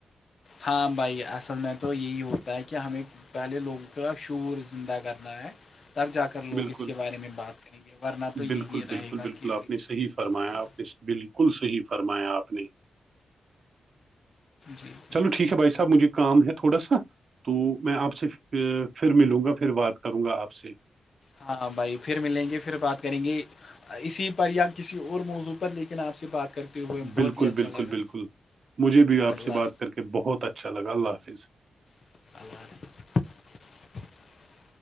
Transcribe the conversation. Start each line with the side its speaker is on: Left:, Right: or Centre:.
Left: ہاں بھائی اصل میں تو یہی ہوتا ہے کہ ہمیں پہلے لوگوں کا شور زندہ کرنا ہے تب جا کے لوگ
Right: بالکل
Left: اس کے بارے میں بات کریں گے ورنہ تو یہی
Right: بالکل بالکل
Left: رہے گا
Right: بالکل
Left: کہ
Right: آپ
Left: غریب
Right: نے صحیح
Left: کو
Right: فرمایا
Left: نہیں بنایا۔
Right: آپ نے بالکل صحیح فرمایا آپ نے
Left: جی جی
Right: چلو ٹھیک ہے بھائی صاحب مجھے کام ہے تھوڑا سا تو میں آپ سے پھر ملوں گا پھر بات کروں گا آپ سے
Left: ہاں بھائی پھر ملیں گے پھر بات کریں گے اسی پر یا کسی اور موضوع پر لیکن آپ سے بات کرتے ہوئے بہت
Right: بالکل
Left: ہی اچھا
Right: بالکل
Left: لگا
Right: بالکل مجھے بھی آپ
Left: اللہ
Right: سے بات کر کے بہت اچھا لگا اللہ حافظ
Left: ال